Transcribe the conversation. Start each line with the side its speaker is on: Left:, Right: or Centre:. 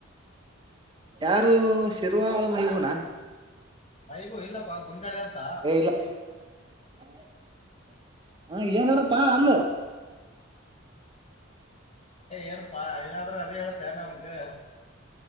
Right: ಯಾರು ಶಿರ್ರುವಳ ಮಹಬೂನಾ... -
Left: ಮೈಗೂ ಇಲ್ಲಪ್ಪಾ ಗುಂಡಾಳೆ ಅಂತ
Right: ಏ ಇಲ್ಲ <inaudible> ಹ, <unintelligible> ಏನಾರಪ್ಪಾ ಅಲ್ಲ
Left: ಏನ್ಪಾ ನಾದರ ಅೇಳ ತಣ ಅವನಗೆ <inaudible>